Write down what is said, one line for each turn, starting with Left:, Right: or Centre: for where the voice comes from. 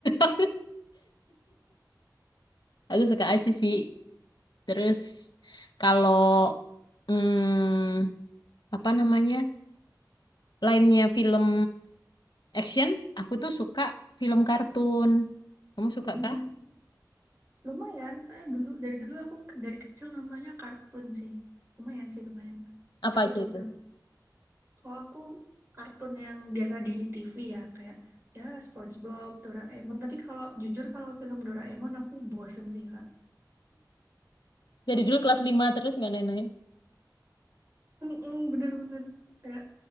Left: <laughs> Aku suka aja
Right: kayak
Left: sih. Terus kalau hmm, apa namanya? lainnya film action, aku tuh suka film kartun. Kamu suka
Right: hmm,
Left: kah?
Right: lumayan karena dulu dari dulu aku ke- dari kecil nontonnya kartun sih lumayan sih lumayan
Left: Apa
Right: apa
Left: aja
Right: tuh
Left: itu?
Right: film kalau aku kartun yang biasa di TV ya kayak ya SpongeBob Doraemon tapi kalau jujur kalau film Doraemon aku bosen sih kak
Left: Dari dulu kelas 5 terus nggak naik-naik.
Right: Mm-mm, bener-bener kayak